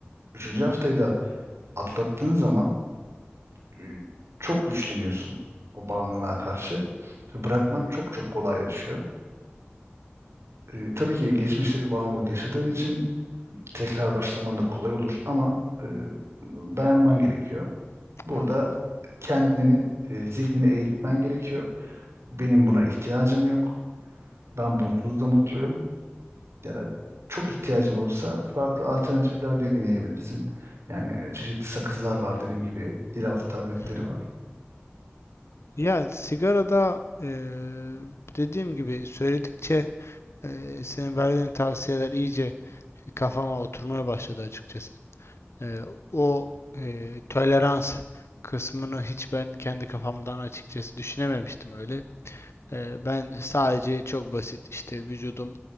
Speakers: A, on the right (about 85°); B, on the left (about 80°).
A: üçüncü haftayı da atlattığın zaman e, çok güçleniyorsun o bağımlılığa karşı. Ve Bırakman çok çok kolaylaşıyor. E, tabii ki geçmişte bir bağımlılık yaşadığın için tekrar başlaman da kolay olur ama e, dayanman gerekiyor. Burada
B: Anladım.
A: kendini, e, zihnini eğitmen gerekiyor Benim buna ihtiyacım yok. Ben bunsuz da mutluyum. Ya da çok ihtiyacın olursa farklı alternatifler deneyebilirsin. Yani çeşitli sakızlar var dediğim gibi dilaltı tabletleri
B: Hı hı.
A: var.
B: Ya sigarada e, dediğim gibi söyledikçe Ee, senin verdiğin tavsiyeler iyice kafama oturmaya başladı açıkçası. Ee, o e, tolerans kısmını hiç ben kendi kafamdan açıkçası düşünememiştim öyle. Ee, ben sadece çok basit işte vücudum